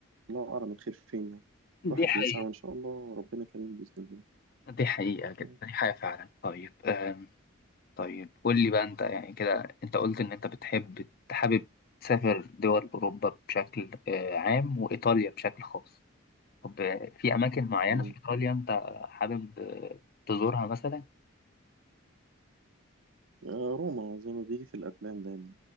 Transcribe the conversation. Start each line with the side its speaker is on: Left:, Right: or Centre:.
Right: الله أعلم الخير فين يعني
Left: دي
Right: الواحد
Left: حقيقة
Right: بيسعى وإن شاء الله ربنا كريم بإذن
Left: دي حقيقة جدا
Right: الله
Left: دي حقيقة فعلا طيب آم، طيب قول لي بقى انت يعني كده انت قلت ان انت بتحب حابب تسافر دول اوروبا بشكل آه، عام وايطاليا بشكل خاص طب آه، في اماكن معينة
Right: مم.
Left: في ايطاليا انت حابب آه، تزورها مثلا
Right: آه، روما زي ما بيجي في الأفلام دايما